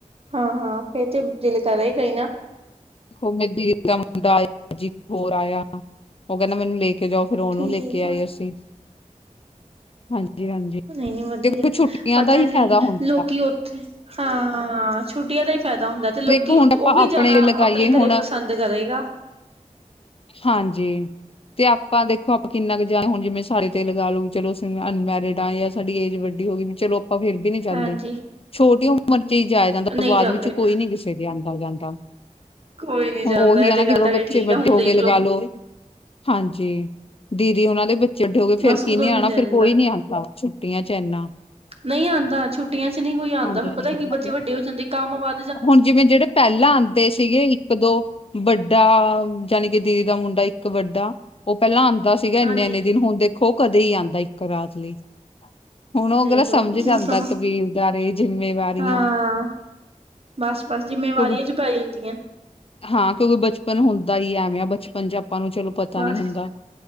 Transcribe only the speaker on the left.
ਓਹ ਮੇਰੀ ਦੀਦੀ ਦਾ ਮੁੰਡਾ ਆਇਆ ਅੱਜ ਈ, ਹੋਰ ਆਇਆ ਉਹ ਕਹਿੰਦਾ ਮੈਨੂੰ ਲੇ ਕੇ ਜਾਓ। ਫਿਰ ਉਹਨੂੰ
ਲੇ ਕੇ ਆਏ
ਅਸੀਂ, ਹਾਂਜੀ-ਹਾਂਜੀ।
ਦੇਖੋ ਛੁੱਟੀਆਂ
ਦਾ ਹੀ
ਫਾਇਦਾ ਹੁੰਦਾ
ਦੇਖੋ ਹੁਣ ਆਪਾਂ
ਆਪਣੇ
ਲਗਾਈਏ
ਹੁਣ
ਹਾਂਜੀ। ਤੇ ਆਪਾਂ ਦੇਖੋ ਆਪਾਂ ਕਿੰਨਾ ਕੁ ਜਾ, ਹੁਣ ਜਿਵੇਂ ਸਾਰੇੇ ਤੇ ਲਗਾ ਲਓ, ਚਲੋ ਅਸੀਂ ਅਨਮੈਰਿਡ ਆ ਜਾਂ ਸਾਡੀ ਏਜ ਵੱਡੀ ਹੋ ਗਈ ਵੀ ਚਲੋ ਆਪਾਂ ਫਿਰ! ਨਹੀਂ ਜਾਂਦੇ
ਛੋਟੀ ਉਮਰ ਚ ਹੀ ਜਾਇਆ ਜਾਂਦਾ
ਬਾਅਦ
ਵਿੱਚ ਕੋਈ ਨੀ ਕਿਸੇ ਦੀ ਆ ਜਾਂਦਾ ਜਾਂਦਾ
ਉਹੀ
ਹਨ
ਨਾ ਜਦੋਂ
ਬੱਚੇ
ਵੱਡ
ਹੋ
ਗਏ ਲਗਾ ਲੋ ਹਾਂਜੀ ਦੀਦੀ ਉਹਨਾਂ ਦੇ ਬ ਚੇ ਵੱਡੇ ਹੋ ਗਏ ਫੇਰ
ਕਿਨੇ
ਆਣਾ
ਫਿਰ
ਕੋਈ ਨੀ ਆਉਂਦਾ ਛੁੱਟੀਆਂ ਚ ਇੰਨਾ
ਹਾਂਜੀ
ਹਾਂਜੀ।
ਹੁਣ ਜਿਵੇਂ ਜਿਹੜੇ ਪਹਿਲਾਂ ਆਂਦੇ ਸੀਗੇ ਇੱਕ ਦੋ ਵੱਡਾ ਜਾਣੀ ਕਿ ਦੀਦੀ ਦਾ ਮੁੰਡਾ ਇੱਕ ਵੱਡਾ ਉਹ ਪਹਿਲਾਂ ਆਂਦਾ ਸੀ। ਸੀਗਾ ਇੰਨੇ
ਇੰਨੇ ਦਿਨ ਹੁਣ ਦੇਖੋ ਕਦੇ ਹੀ ਆਉਂਦਾ ਇੱਕ ਰਾਤ ਲਈ ਹੁਣ ਉਹ
ਅਗਲਾ ਸਮਝ
ਜਾਂਦਾ
ਕਬੀਰਦਾਰੇ, ਜਿੰਮੇਵਾਰੀਆਂ।
ਕਿਉਂਕਿ
ਹਾਂ ਕਿਉਂਕਿ ਬਚਪਨ ਹੁੰਦਾ ਹੀ ਐਵੇਂ ਆ ਬਚਪਨ ਚ ਆਪਾਂ ਨੂੰ ਚਲੋ ਪਤਾ
ਨਹੀਂ ਹੁੰਦਾ।